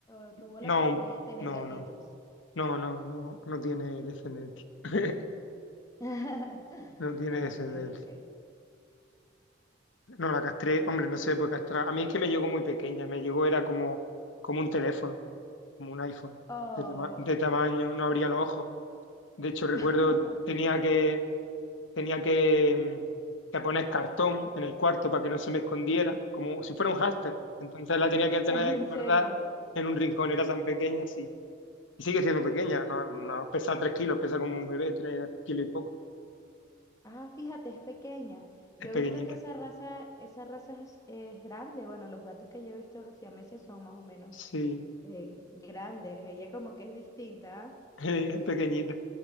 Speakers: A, on the left (about 15°); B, on the left (about 75°).
A: o tuvo
B: No,
A: la oportunidad de tener
B: no,
A: gatitos.
B: no. No, no, no, no tiene descendencia. <laughs>
A: <laughs>
B: No tiene
A: Ah,
B: descendencia.
A: ok, ok.
B: No, la castré, hombre, no se puede castrar. A mí es que me llegó muy pequeña, me llegó, era como, como un teléfono, como un iPhone,
A: Oh.
B: de, tama- de tamaño, no abría los ojos. De hecho, recuerdo,
A: <laughs>
B: tenía que, tenía que, mm, que poner cartón en el cuarto para que no se me escondiera, como si fuera un hámster. Entonces la tenía que tener
A: Ah, en
B: guardada
A: serio.
B: en un rincón, era tan pequeña, sí. Y sigue siendo pequeña, no, no, pesa tres kilos, pesa como un bebé, tres kilos y poco,
A: Ah, fíjate, es pequeña.
B: es
A: Yo
B: pequeñita.
A: he visto que esa raza, esa raza es, es grande. Bueno, los gatos que yo he visto, los siameses, son más o menos
B: Sí,
A: eh, grandes. Ella como que es distinta, ¿ah?
B: <laughs> es pequeñita,